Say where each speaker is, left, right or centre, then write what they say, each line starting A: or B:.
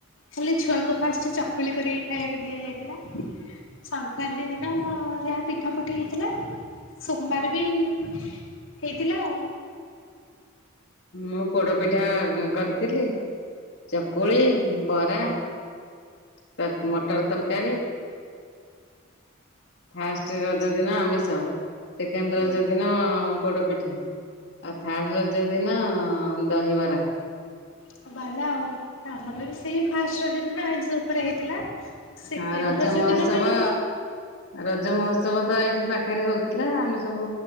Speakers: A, on the left; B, on the left.
A: ଖାଲି ଛୁଆଙ୍କୁ ଫାଷ୍ଟ ଚକୁଳି କରି ଖାଇବାକୁ ଦିଆଯାଇଥିଲା। ସଂକ୍ରାନ୍ତି ଦିନ ଯାହା ପିଠା ପୁଠି ହେଇଥିଲା। ସୋମବାର ବି ହେଇଥିଲା ଆଉ।
B: ମୁଁ ପୋଡ ପିଠା କରିଥିଲି ଚକୁଳି ବରା ତ ମଟର ତରକାରୀ। ଫାଷ୍ଟ ରଜ ଦିନ ଆମିଷ ସେକେଣ୍ଡ
A: ହଁ
B: ରଜ ଦିନ ପୋଡପି ଆଉ ଥାର୍ଡ ରଜ ଦିନ ଦହିବରା।
A: ଆଉ ବାଲା ଆଉ ଆମର ବି ସେଇ ଫାଷ୍ଟ ରଜ ଦିନ ଆଇଁଶ ଉପରେ ହେଇଥିଲା। ସେକେଣ୍ଡ
B: ହଁ ରଜ ମହୋତ୍ସବ
A: ଦିନ ବି
B: ରଜ ମହୋତ୍ସବ ତ ଏଇଠି ପାଖରେ ହଉଥିଲା ଆମେ ସବୁ